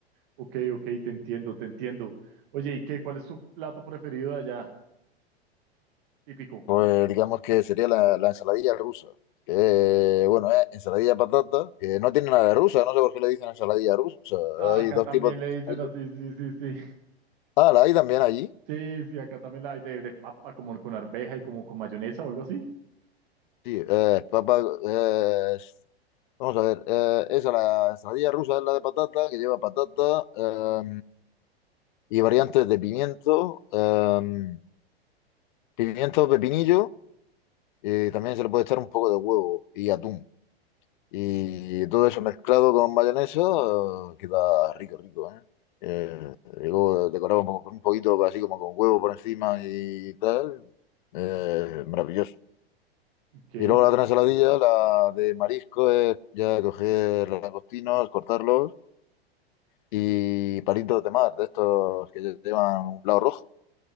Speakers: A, on the right (about 55°); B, on the left (about 50°).
A: ok, ok, te entiendo, te entiendo. Oye, ¿y qué? ¿Cuál es tu plato preferido de allá? Típico.
B: Pues digamos que sería la, la ensaladilla rusa. Que, bueno, es ensaladilla de patata, que no tiene nada de rusa, no sé por qué le dicen ensaladilla rusa.
A: Ah,
B: Hay
A: acá
B: dos
A: también
B: tipos de
A: le
B: ensaladilla.
A: dicen así, sí, sí, sí.
B: Ah, la hay también allí.
A: Sí, sí, acá también la hay de, de papa, como con arveja y como con mayonesa o algo así.
B: Sí, eh, papa, eh, vamos a ver, eh, esa la ensaladilla rusa es la de patata, que lleva patata eh, y variantes de pimiento, eh, pimiento, pepinillo, y también se le puede echar un poco de huevo y atún. Y todo eso mezclado con mayonesa eh, queda rico, rico, ¿eh? Eh, luego decorado un poco, con un poquito así como con huevo por encima y tal. eh, maravilloso.
A: Ok,
B: Y luego la otra ensaladilla, la de marisco, es ya coger los langostinos, cortarlos y palitos de mar, de estos que llevan un lado rojo.